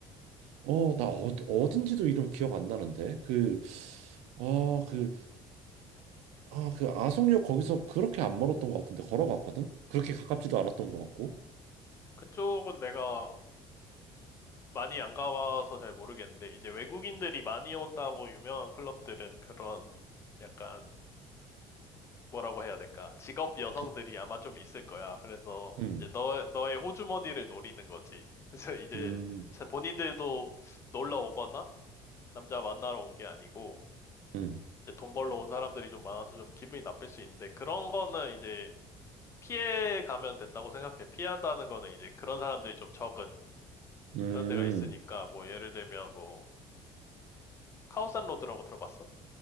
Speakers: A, on the right; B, on the left.
A: 어 나 어, 어딘지도 이름 기억 안 나는데 그 아 그 아 그 아속역 거기서 그렇게 안 멀었던 것 같은데 걸어갔거든. 그렇게 가깝지도 않았던 것 같고.
B: 그쪽은 내가 많이 안 가봐서 잘 모르겠는데 이제 외국인들이 많이 온다고 유명한 클럽들은 그런 약간 뭐라고 해야 될까? 직업 여성들이
A: 그,
B: 아마 좀 있을 거야. 그래서
A: 음,
B: 이제 너, 너의 호주머니를 노리는 거지. <laughs> 그래서 이제
A: 음,
B: 자- 본인들도 놀러 오거나 남자 만나러 온 게 아니고
A: 음,
B: 이제 돈 벌러 온 사람들이 좀 많아서 좀 기분이 나쁠 수 있는데 그런 거는 이제 피해 가면 된다고 생각해. 피한다는 거는 이제 그런 사람들이 좀 적은
A: 음.
B: 그런 데가 있으니까 뭐 예를 들면 뭐 카오산 로드라고 들어봤어?